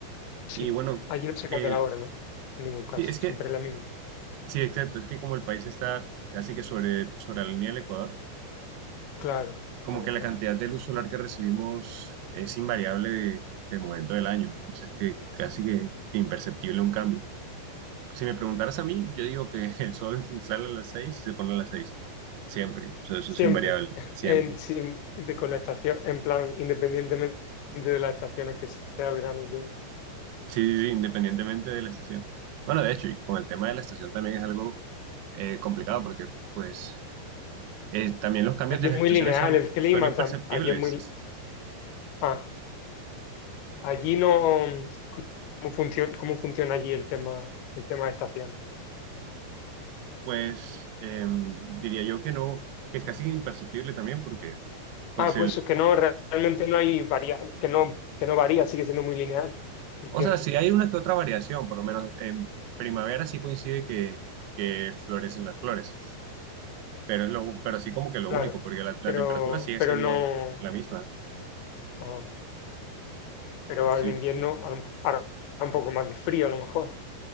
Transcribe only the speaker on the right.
Y bueno,
el,
sí, es que,
sí, exacto, es que como el país está casi que sobre, sobre la línea del Ecuador,
como
que la
cantidad de luz solar que recibimos es invariable de, del momento del año, ¿no? O sea, es que casi que, que imperceptible un cambio. Si me preguntaras a mí, yo digo que el sol <laughs> sale a las seis y se pone a las seis, siempre, o sea, eso
es invariable,
siempre.
Sí, sí, sí, independientemente de la estación. Bueno, de hecho, y con el tema de la estación también es algo eh, complicado porque, pues, eh, también los cambios
de
las
estaciones
son,
son imperceptibles.
Es-
Pues, eh, diría yo que no, que es casi imperceptible también porque, pues,
el,
o
sea, si hay una que otra variación, por lo menos en primavera sí coincide que, que florecen las flores, pero es lo, pero así como que lo
único, porque la, la
temperatura sigue
siendo
la misma.
Sí,